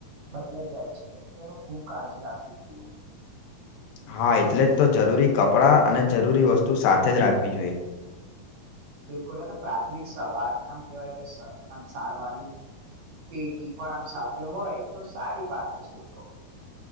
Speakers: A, on the right; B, on the left.
A: બદલાઈ જાય છે તેનું ખૂબ કાળજી રાખવી જોઈએ.
B: હા એટલે જ તો જરૂરી કપડાં અને જરૂરી વસ્તુ સાથે જ રાખવી જોઈએ.
A: બિલકુલ અને પ્રાથમિક સવાર આમ કેવાય કે સ આમ સારવારની પેટી પણ આમ સાથે હોય તો સારી વાત છે તો